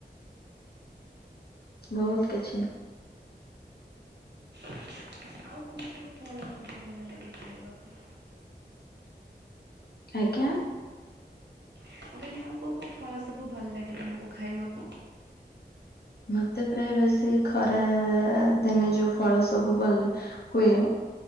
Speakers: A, on the left; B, on the right.
A: ବହୁତ୍ କିଛି।
B: ଆଉ କୋଉ କୋଉ ଫଳ ତମକୁ ଭଲ ଲାଗେ ଖାଇବାକୁ?
A: ଆଜ୍ଞା।
B: ମୁଁ କହିଲି ଆଉ କୋଉ କୋଉ ଫଳ ସବୁ ଭଲ ଲାଗେ ତମକୁ ଖାଇବାକୁ?
A: ମତେ ପ୍ରାୟ ବେଶୀ ଖରା ଦିନେ ଯୋଉ ଫଳ ସବୁ ବ ହୁଏ